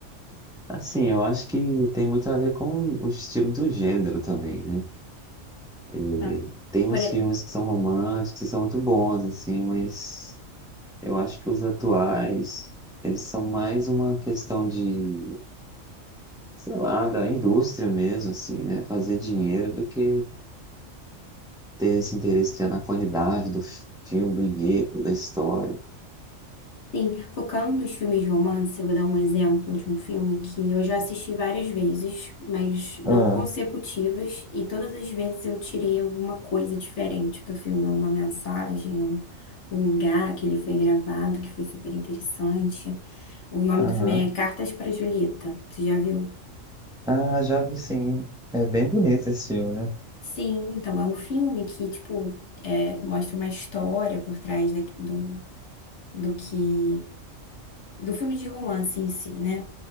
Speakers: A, in the centre; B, on the left.
A: assim, eu acho que tem muito a ver com o estilo do gênero também, né? E
B: ah,
A: tem
B: por-
A: uns filmes que são românticos e são muito bons, assim, mas eu acho que os atuais, eles são mais uma questão de, sei lá, da indústria mesmo, assim, né? Fazer dinheiro do que ter esse interesse já na qualidade do filme, do enredo, da história.
B: Sim, focando nos filmes de romance, eu vou dar um exemplo de um filme que eu já assisti várias vezes, mas não
A: Ah,
B: consecutivas, e todas as vezes eu tirei alguma coisa diferente do filme, uma mensagem, um, um lugar que ele foi gravado, que foi super interessante. O nome
A: aham.
B: do filme é Cartas para Julieta. Você já viu?
A: Ah, já vi sim. É bem bonito esse filme, né?
B: Sim, então é um filme que, tipo, é, mostra uma história por trás da- do, do que do filme de romance em si, né?